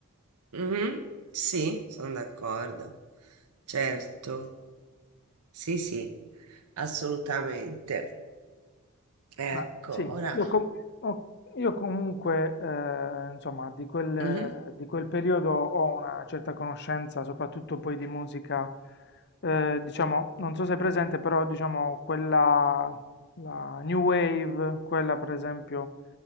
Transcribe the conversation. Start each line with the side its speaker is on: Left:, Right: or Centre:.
Right: mhm, Sì, sono d'accordo. Certo. Sì, sì, assolutamente. Ecco,
Left: Ma sì,
Right: ora.
Left: io, com- ho- io comunque, eh, insomma, di quel,
Right: Mhm,
Left: di quel periodo ho una certa conoscenza, soprattutto poi di musica, eh, diciamo, non so se è presente, però diciamo quella, la New Wave, quella per esempio,